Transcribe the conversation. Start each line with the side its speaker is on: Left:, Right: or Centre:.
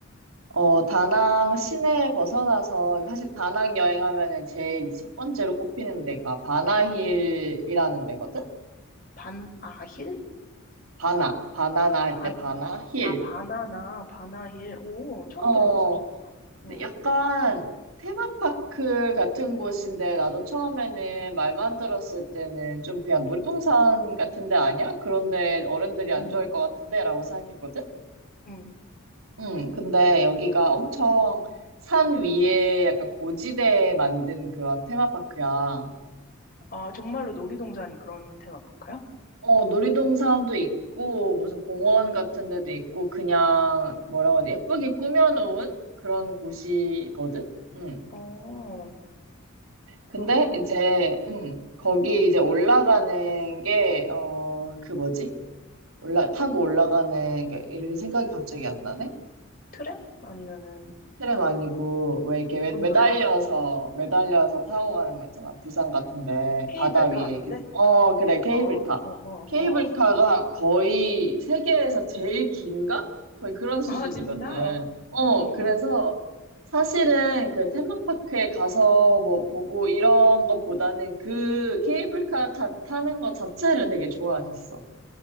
Right: 어, 다낭 시내 벗어나서, 사실 다낭 여행하면은 제일 이제 첫 번째로 꼽히는 데가 바나힐이라는 데거든?
Left: 반아힐?
Right: 바나, 바나나 할
Left: 반,
Right: 때 바나, 힐.
Left: 아, 바나나, 바나힐. 오, 처음
Right: 어,
Left: 들어봤어, 진짜.
Right: 근데
Left: 응,
Right: 약간 테마파크 같은 곳인데, 나도 처음에는 말만 들었을 때는 좀 그냥 놀이동산 같은 데 아니야? 그런데 어른들이 안
Left: 응,
Right: 좋아할 것 같은데? 라고 생각했거든?
Left: 응.
Right: 응, 근데 여기가 엄청 산 위에 약간 고지대에 만든 그런 테마파크야.
Left: 아, 정말로 놀이동산 그런 테마파크야?
Right: 어, 놀이동산도 있고, 무슨 공원 같은 데도 있고, 그냥, 뭐라고 하지, 예쁘게 꾸며놓은 그런 곳이거든? 음.
Left: 어,
Right: 근데
Left: 그거,
Right: 이제,
Left: 음,
Right: 음, 거기 이제 올라가는 게, 어, 그 뭐지? 올라, 타고 올라가는, 게 이름이 생각이 갑자기 안 나네?
Left: 트램? 아니면은
Right: 트램 아니고 왜 이렇게 매-
Left: 곤돌라?
Right: 매달려서 매달려서 타고 가는 거 있잖아 부산 같은데
Left: 케이블카
Right: 바다 위에
Left: 같은데?
Right: 이렇게 어 그래 케이블카
Left: 어, 어, 어, 어,
Right: 케이블카가
Left: 어. 어.
Right: 거의 세계에서 제일 긴가? 거의 그런 수준이거든
Left: 아, 진짜?
Right: 어
Left: 어,
Right: 그래서
Left: 응.
Right: 사실은 그 테마파크에 가서 뭐 보고 이런 거보다는 그 케이블카 타, 타는 거 자체를 되게 좋아하셨어